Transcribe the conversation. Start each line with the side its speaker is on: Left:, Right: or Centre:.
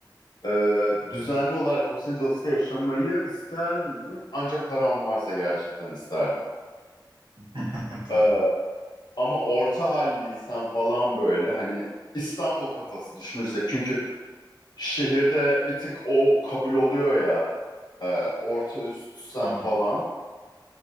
Left: Ee,
Right: Hı hı.
Left: düzenli olarak Los Angeles'ta yaşamayı ister miydim? Ancak param varsa gerçekten isterdim.
Right: <laughs> Tabii.
Left: Ee, ama orta halliysen falan böyle hani İstanbul kafası düşünürsek çünkü Şehirde bir tık o kabul oluyor ya. e, orta üst sen
Right: Hı hı.
Left: falan.